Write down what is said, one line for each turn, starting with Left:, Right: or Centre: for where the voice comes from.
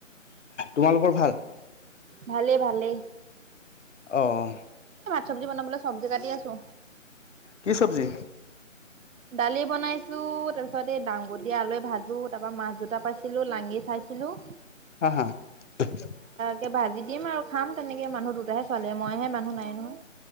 Left: তোমালোকৰ ভাল।
Right: ভালে- ভালে।
Left: অ'।
Right: চবজি বনাবলৈ চবজি কাটি আছো।
Left: কি চবজি?
Right: দালি বনাই ছো তাৰপিছত এই দাং আ দিয়া আলুৱে ভাজোঁ তাৰপৰা মাছ দুটা পাইছিলোঁ লাঙি চাইছিলোঁ
Left: <inaudible>
Right: তে ভাজি দিম আও খাম তেনেকে মানুহ দুটাহে চোৱালী মইহে মানুহ নাই নহয়